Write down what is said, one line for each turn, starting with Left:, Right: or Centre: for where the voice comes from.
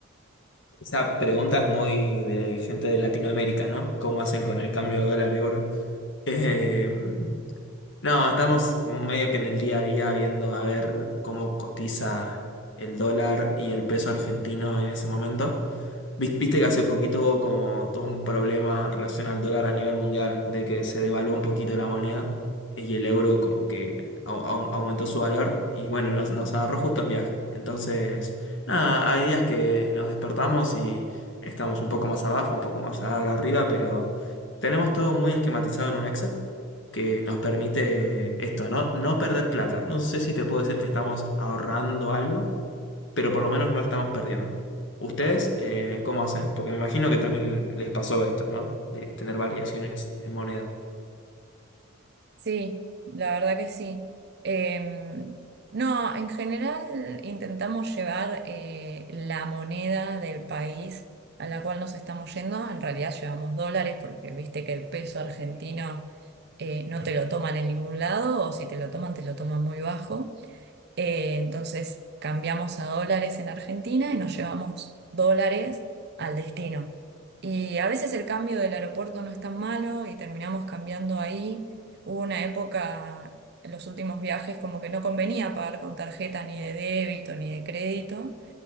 Left: Esa pregunta es muy de gente de Latinoamérica, ¿no? ¿Cómo hacen con el cambio de dólar-euro? Em, no, estamos medio que en el día a día viendo a ver cómo cotiza el dólar y el peso argentino en ese momento. Vis- Viste que hace poquito hubo como todo un problema en relación al dólar a nivel mundial, de que se devaluó un poquito la moneda eh, y el euro como que au- au- aumentó su valor y bueno, nos, nos agarró justo en viaje. Entonces, nada, hay días que nos despertamos y estamos un poco más abajo, un poco más arriba, pero tenemos todo muy esquematizado en un Excel que nos permite esto, ¿no? No perder plata. No sé si te puedo decir que estamos ahorrando algo, pero por lo menos no estamos perdiendo. ¿Ustedes eh, cómo hacen? Porque me imagino que también les pasó esto, ¿no? De tener variaciones en moneda.
Right: Sí, la verdad que sí. Eh, no, en general intentamos llevar eh, la moneda del país a la cual nos estamos yendo. En realidad llevamos dólares porque viste que el peso argentino eh, no te lo toman en ningún lado o si te lo toman te lo toman muy bajo. Eh, entonces cambiamos a dólares en Argentina y nos llevamos dólares al destino. Y a veces el cambio del aeropuerto no es tan malo y terminamos cambiando ahí. Hubo una época, en los últimos viajes, como que no convenía pagar con tarjeta ni de débito ni de crédito.